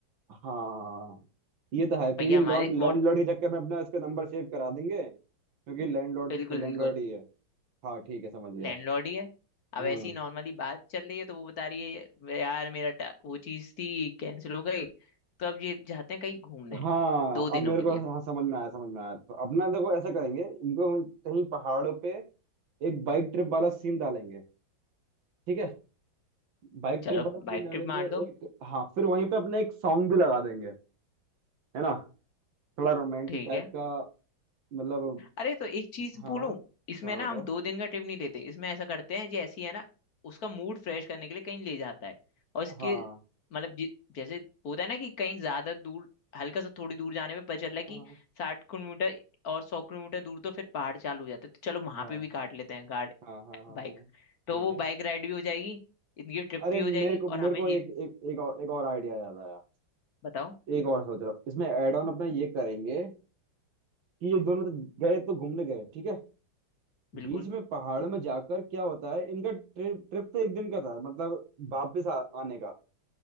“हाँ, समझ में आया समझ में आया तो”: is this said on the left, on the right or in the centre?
Right